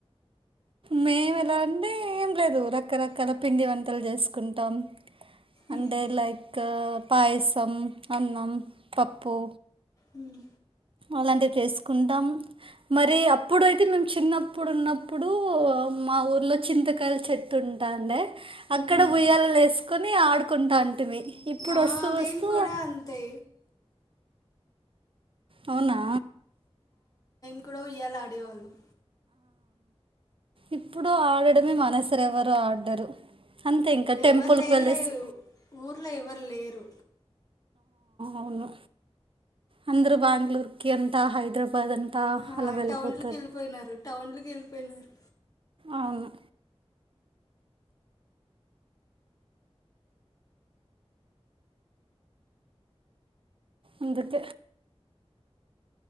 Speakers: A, on the right; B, on the left.
A: మేము ఎలా అంటే ఏం లేదు రకరకాల పిండి వంటలు చేసుకుంటాం అంటే
B: మ్మ్.
A: లైక్ పాయసం అన్నం పప్పు
B: మ్మ్
A: అలాంటివి చేసుకుంటాం మరి అప్పుడైతే మేము చిన్న అప్పుడున్నప్పుడు మా ఊర్లో చింతకాయల చెట్టు ఉంటాండే అక్కడ
B: మ్మ్.
A: ఊయ్యాల వేసుకొని ఆడుకుంటాంటిమీ ఇప్పుడు
B: ఆ,
A: వస్తూ వస్తూ
B: మేము కూడా అంతే
A: అవునా
B: ఇక్కడ ఇయ్యలాడేవాళ్ళం
A: ఇప్పుడు ఆడడమే మనసర ఎవరు ఆడరు అంతే ఇంకా టెంపుల్కి
B: ఎవరు లేరు
A: వెళ్ళేసి
B: లేరు ఊర్లో ఎవరు లేరు
A: అవును అందురు బ్యాంగ్ళూర్కి అంత హైదరాబాద్ అంట
B: ఆ
A: అలా వెళ్ళిపోతారు
B: టౌన్లకి వెళ్ళిపోయినారు టౌన్ లోకి వెళ్ళిపోయినారు
A: అవును ఇందుక